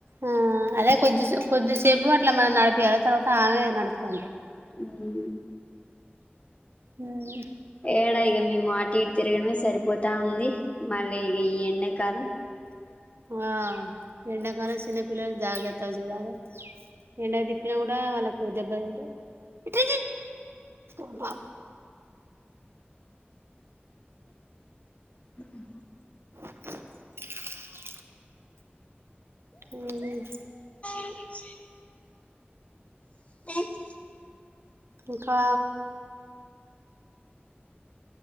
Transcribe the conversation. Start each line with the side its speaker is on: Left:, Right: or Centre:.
Right: ఆ అదే కొద్దిపు కొద్దిసేపు అట్లా మనం నడిపియాలి తర్వాత ఆమె నడుస్తంటది
Left: ఉహు
Right: ఉ
Left: ఏడా ఇగా మీము అటు ఇటు తిరగడమే సరిపోతా ఉంది మళ్ళీ ఇగ ఈ ఎండాకాలం
Right: ఆ ఎండాకాలం చిన్న పిల్లల్ని జాగ్రత్తగా జుడాలే ఎండకు తిప్పినా కూడా వాళ్ళలకు దెబ్బ తింటది అబ్బా
Left: ఉహు
Right: <inaudible> ఉమ్
Left: <unintelligible> <unintelligible>
Right: ఇంకా